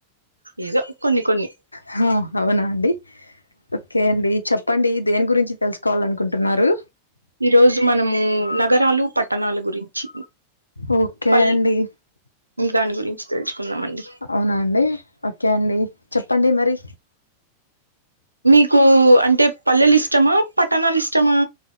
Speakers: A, on the right; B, on the left.
A: ఏదో కొన్ని కొన్ని
B: హా అవునా అండి. ఓకే అండి చెప్పండి, దేని గురించి తెలుసుకోవాలనుకుంటున్నారు.
A: ఈ రోజు మనము నగరాలు, పట్టణాల గురించి
B: ఓకే
A: పల్
B: అండి.
A: దాని గురించి తెలుసుకుందామండి
B: అవునా అండి ఓకే అండి, చెప్పండి మరి.
A: మీకు అంటే పల్లెలు ఇష్టమా, పట్టణాలు ఇష్టమా.